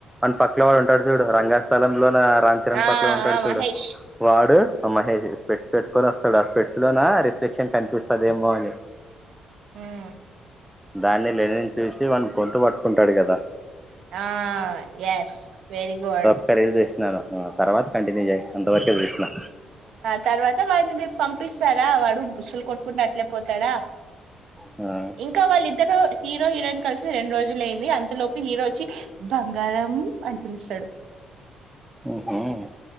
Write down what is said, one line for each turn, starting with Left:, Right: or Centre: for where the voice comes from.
Centre: అని పక్కల వాడు ఉంటాడు చూడు రంగా స్థలంలో రామ్ చరణ్
Right: ఆ
Centre: పక్కలో ఉంటాడు
Right: ఆ
Centre: చూడు
Right: మహేష్
Centre: వాడు ఆ మహేష్ స్పెడ్స్ పెట్టుకొని వస్తాడు ఆ స్పెట్స్ లోన రిఫ్లెక్షన్ కనిపిస్తదేమో అని
Right: హుమ్మ్
Centre: దాన్ని లేనీన్ చూసి వాని గొంతు వట్టుకుంటాడు కదా
Right: ఆ ఎస్ వేరి గుడ్
Centre: ఒకక్క రీల్ జేషినా తర్వాత కంటిన్యూ జేశనా యి అంతవరకే జూషనా.
Right: ఆ తర్వాత వాడిని నీన్ పంపిస్తారా వాడు బుస్సులు కొట్టుకుంటూ అట్లే పోతాడా.
Centre: ఆ
Right: ఇంకా వాళ్ళిద్దరు హీరో హీరోయిన్ కలిసి రెండు రోజులు ఏవీ అంతలో లోపు హీరో వచ్చి బంగారం అని పిలుస్తాడు.
Centre: ఉహుహ్